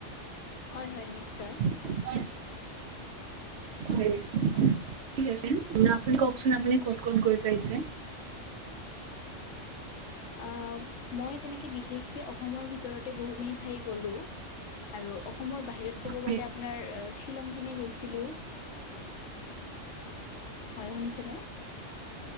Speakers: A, on the left; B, on the right.
A: হয়, হয়, নিশ্চয়।
B: <inaudible> হয়। <unintelligible> আপুনি কওঁকচোন, আপুনি ক'ত, ক'ত গৈ পাইছে?
A: অ, মই তেনেকে বিশেষকে অসমৰ ভিতৰতে বহুখিনি ঠাই গ'লো। আৰু অসমৰ বাহিৰত ক'ব গ'লে
B: হয়
A: আ আপোনাৰ শ্বিলং পিনে গৈছিলোঁ। হয়, শুনিছেনে?